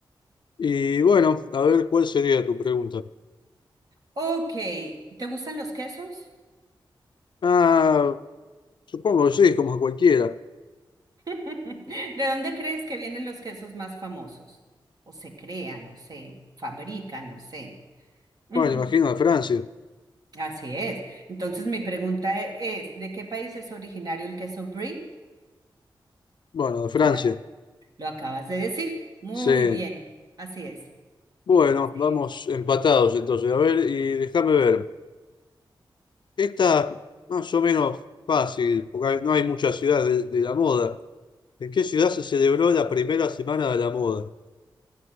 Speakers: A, on the left; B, on the right.
A: Y nueve. Y bueno, a ver, ¿cuál sería tu pregunta?
B: Ok, ¿te gustan los quesos?
A: Ah, supongo que sí, como cualquiera.
B: <laughs> ¿De dónde crees que vienen los quesos más famosos? O se crean, o se fabrican, o sé. <laughs> Ujú,
A: Bueno, imagino de Francia.
B: Así es. Entonces mi pregunta e, es, ¿de qué país es originario el queso brie?
A: Bueno, de Francia.
B: Tú la- lo acabas de decir. Muy
A: Sí,
B: bien, así es.
A: bueno,
B: Sí.
A: vamos empatados entonces. A ver, y déjame ver. Esta más o menos fácil, porque hay- no hay muchas ciudades de, de la moda. ¿En qué ciudad se celebró la primera semana de la moda?